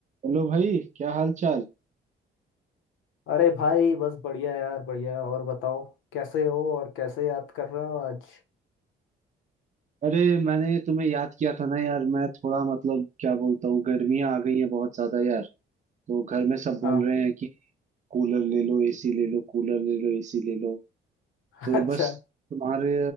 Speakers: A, on the right; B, on the left.
A: Hello भाई क्या हाल चाल
B: अरे भाई बस बढ़िया यार बढ़िया और बताओ कैसे हो और कैसे याद कर रहे हो आज
A: अरे मैंने तुम्हें याद किया था ना यार मैं थोड़ा मतलब क्या बोलता हूँ गर्मियाँ आ गई हैं बहुत ज्यादा यार तो घर में सब बोल
B: हाँ
A: रहे हैं कि कूलर ले लो एसी ले लो कूलर ले लो एसी ले लो
B: <laughs>
A: तो
B: अच्छा
A: बस तुम्हारे